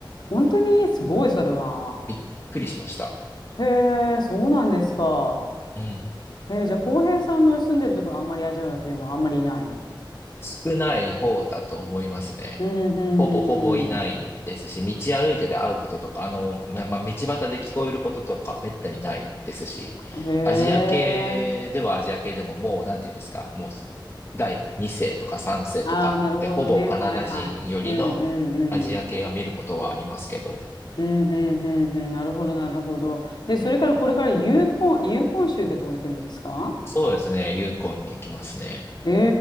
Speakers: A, on the left; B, on the left.
A: 本当にすごい、それは。
B: びっくりしました。
A: へえ、そうなんですか。
B: うん。
A: へえ、じゃあ、浩平さんの住んでるところ、あんまりアジア人はあんまりいない。う
B: 少ない方だと思いますね。
A: ん、うん、
B: ほぼほぼいないですし、
A: うん、
B: 道歩いてて会うこととか、あの、ま、まあ、道端で聞こえることとか、めったにないですし、
A: うん。へえ。
B: アジア系ではアジア系でももう、なんていうんですか、もう、第2世とか3世とかで、
A: ああ、なるほどね。
B: ほぼカナダ人よりのアジア系は見ることはありますけど、
A: はい、はい。うん、うん、うん。うん、うん、うん、うん。なるほど、なるほど。で、
B: うんうん、
A: それからこれからユーコン、ユーコン州ってところに来るんですか
B: そうですね、ユーコンに行きますね。
A: へ